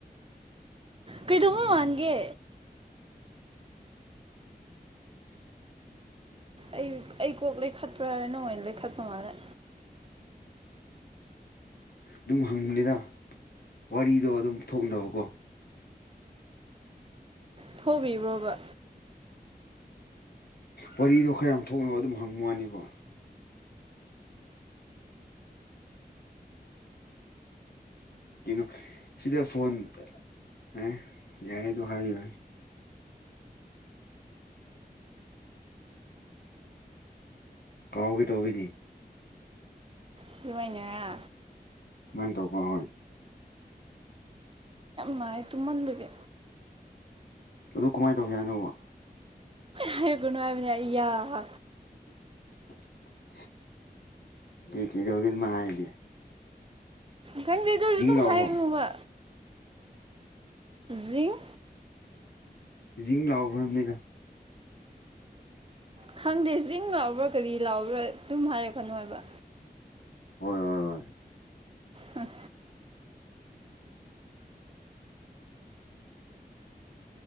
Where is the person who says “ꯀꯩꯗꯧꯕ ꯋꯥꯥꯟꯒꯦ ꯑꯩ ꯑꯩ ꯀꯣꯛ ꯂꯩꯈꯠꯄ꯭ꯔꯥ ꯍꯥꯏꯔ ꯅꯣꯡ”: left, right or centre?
Right